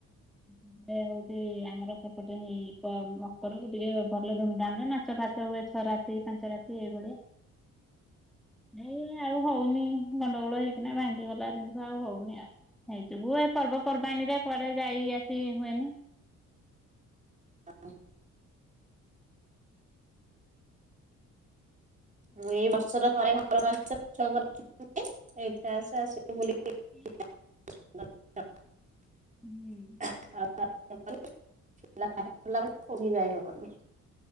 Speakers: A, in the centre; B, on the right.
A: <inaudible> ସେ ହଉଛି ଆମର ସେପଟେ ହେଇ ମକରକୁ ଟିକେ ଭଲ ଧୁମଧାମ ରେ ନାଚ ଫାଚ ହୁଏ ଛରା ଦି ପାଞ୍ଚ ରାତି ଏଇଭଳିଆ। ଏଇ ଆଉ ହଉନି ଗଣ୍ଡଗୋଳ ହେଇକିନା ଭାଙ୍ଗିଗଲା ଦିନିଠୁ ଆଉ ହଉନି ଆଉ। ହେଇଯୋଗୁ ଏ ପର୍ବପର୍ବାଣିରେ କୁଆଡେ ଯାଇ ଆସି ହୁଏନି।
B: ହଁ ମୁଁ ଏଇ ବର୍ଷର ଥରେ ଘରକୁ ଆସେ। ଛୁଆଙ୍କର ଛୁଟି ଥାଏ ଏଇଥିରେ ଆସେ ଆସିକି ବୁଲିକି
A: <inaudible>
B: <unintelligible>
A: ହୁଁ।
B: <unintelligible> କୋଉଠିକି ଯାଇ ହବନି।